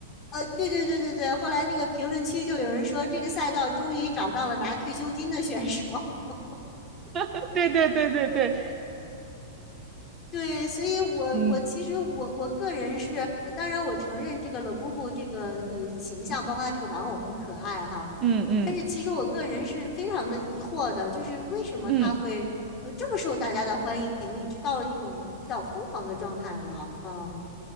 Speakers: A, on the left (about 30°); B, on the right (about 25°).
A: 呃，对对对对对，后来那个评论区就有人说，这个赛道终于找到了拿退休金的选手，<laughs>
B: <laughs> 对对对对对，
A: 对，所以我我其实我我个人是，
B: 嗯
A: 呃当然我承认这个老布布这个呃形象，包括他这个玩偶很可爱哈，
B: 嗯嗯
A: 呃，但是其实我个人是非常的疑惑的，就是为什么他会呃这么受大家的欢迎，
B: 嗯。
A: 已经到了一种比较疯狂的状态了啊，